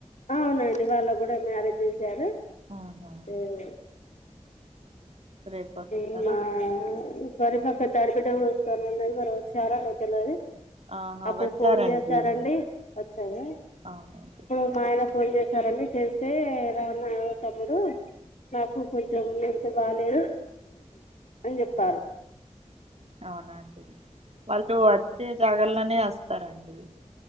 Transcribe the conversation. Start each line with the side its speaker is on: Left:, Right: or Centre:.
Left: అవునండి వాళ్లక్కూడ మ్యారేజ్ చేసారు
Right: ఆహా
Left: మ్
Right: రేపు వస్తున్నారా
Left: మ్ మా మరి మా పెద్ద ఆడబిడ్డ కూడ వస్తానన్నది మరి వచ్చారా లేదా తెల్వది.
Right: ఆహా
Left: అప్పుడు
Right: వచ్చారండి
Left: ఫోన్ చేసారండి. వచ్చార?
Right: అవునండి.
Left: మా ఆయన ఫోన్ చేసారండి. చేస్తే, ఎలా ఉన్నావు తమ్ముడు? నాకు కొంచెం హెల్త్ బాలేదు అని చెప్పారు.
Right: అవునా అండి వాళ్ళు వచ్చే జాగాల్లోనే వస్తారండి.